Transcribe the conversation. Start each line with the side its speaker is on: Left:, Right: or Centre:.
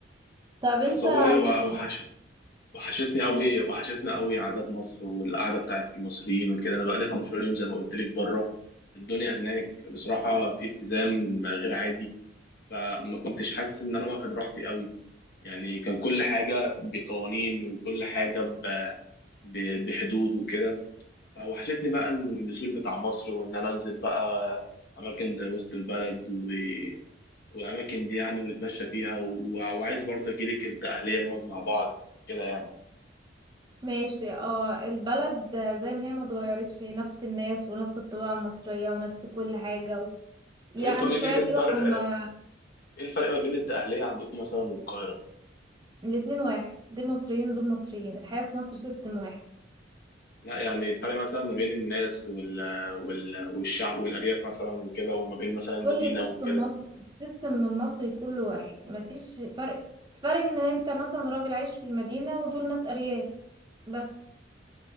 Right: طب
Left: بس
Right: انت
Left: والله و-
Right: يعني
Left: وحش وحشتني قوي
Right: إيه؟
Left: وحشتنا قوي عادات مصر والقعده بتاعت المصريين وكده انا بقالي 15 يوم زي ما قلت لك بره الدنيا هناك بصراحه في التزام غير عادي فما كنتش حاسس ان انا واخد راحتي قوي يعني كان كل حاجه بقوانين وكل حاجه ب- ب- بحدود وكده فوحشتني بقى النزول بتاع مصر وان انا انزل بقى اماكن زي وسط البلد و... والاماكن دي يعني ونتمشى فيها و... وعايز برضه اجيلك الدقهليه نقعد مع بعض كده يعني
Right: ماشي اه البلد زي ما هي ما اتغيرتش نفس الناس ونفس الطباع المصريه ونفس كل حاجه و... يعني
Left: طب انت قولي
Right: شويه
Left: لي ايه الفرق
Right: كده لما
Left: ايه الفرق ما بين الدقهليه عندكم مثلا والقاهره
Right: الاتنين واحد دول مصريين ودول مصريين الحياه في مصر سيستم واحد
Left: لا يعني الفرق مثلا ما بين الناس وال... وال... والشعب والارياف مثلا وكده وما بين مثلا المدينه
Right: كل سيستم
Left: وكده
Right: مصر السيستم المصري كله واحد مفيش فرق الفرق ان انت مثلا راجل عايش في المدينة ودول ناس ارياف بس